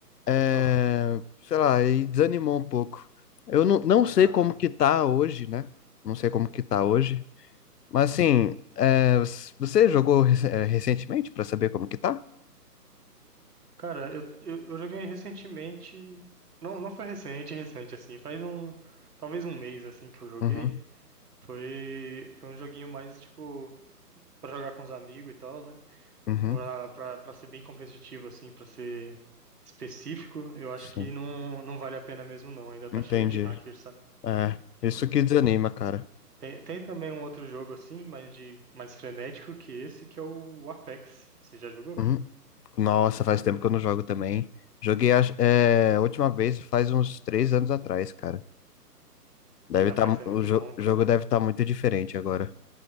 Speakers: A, on the left; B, on the right.
A: é,
B: Pode falar.
A: sei lá, aí desanimou um pouco. Eu não, não sei
B: Ah,
A: como que tá hoje, né? Não sei como que tá hoje. Mas assim, é, você jogou rec- é, recentemente para saber como que tá?
B: cara, eu, eu, eu joguei recentemente. Não, não foi recente, recente, assim. Faz um. Talvez um mês, assim, que eu joguei.
A: Uhum,
B: Foi, foi um joguinho mais, tipo, pra jogar com os amigos e tal, né?
A: uhum,
B: Pra, pra, pra ser bem competitivo, assim, pra ser específico, eu acho
A: sim,
B: que não, não vale a pena mesmo, não. Ainda tá
A: entendi.
B: cheio de hackers, sabe?
A: É, isso que desanima, cara.
B: Tem, tem também um outro jogo, assim, mais, de, mais frenético que esse, que é o Apex. Você já jogou,
A: Uhum.
B: cara?
A: Nossa, faz tempo que eu não jogo também. Joguei acho- é, a última vez faz uns três anos atrás, cara. Deve
B: É, Apex
A: tá, mu-
B: é
A: o
B: muito
A: jo-
B: bom, cara.
A: jogo deve estar muito diferente agora.